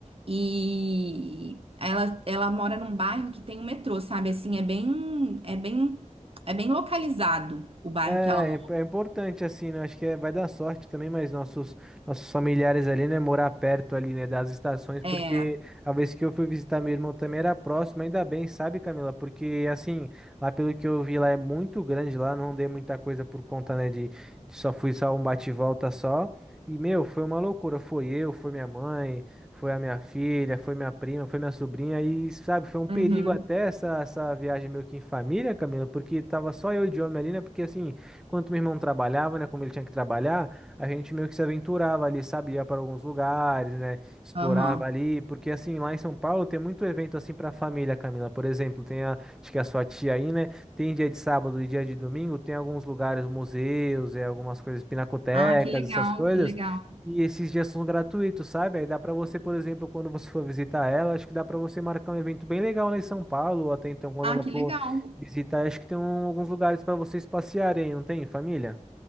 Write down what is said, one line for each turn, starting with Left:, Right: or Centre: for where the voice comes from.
Right: E ela, ela mora num bairro que tem o metrô, sabe? Assim, é bem, é bem, é bem localizado o bairro
Centre: É,
Right: que ela mora.
Centre: é imp- é importante assim, né? Acho que é- vai dar sorte também, mas nossos nossos familiares ali, né, morar perto ali, né, das estações,
Right: É.
Centre: porque a vez que eu fui visitar meu irmão também era próximo, ainda bem, sabe, Camila? Porque assim, lá pelo que eu vi lá é muito grande lá, não dei muita coisa por conta, né, de, de só fui só um bate e volta só. E meu, foi uma loucura, foi eu, foi minha mãe, foi a minha filha, foi minha prima, foi minha sobrinha e, sabe, foi um perigo
Right: Uhum.
Centre: até essa, essa viagem meio que em família, Camila, porque tava só eu e o homem ali, né? Porque assim, Enquanto meu irmão trabalhava, né? Como ele tinha que trabalhar, a gente meio que se aventurava ali, sabia, para alguns lugares, né? Explorava
Right: Aham.
Centre: ali, porque assim, lá em São Paulo tem muito evento assim para família, Camila. Por exemplo, tem a, acho que é a sua tia aí, né? Tem dia de sábado e dia de domingo, tem alguns lugares, museus, e algumas coisas, pinacotecas,
Right: Ah, que legal,
Centre: essas coisas.
Right: que legal.
Centre: E esses dias são gratuitos, sabe? Aí dá para você, por exemplo, quando você for visitar ela, acho que dá para você marcar um evento bem legal lá em São Paulo, ou até então quando
Right: Ah,
Centre: ela
Right: que
Centre: for
Right: legal.
Centre: Visitar, acho que tem um- alguns lugares para vocês passearem, não tem, família?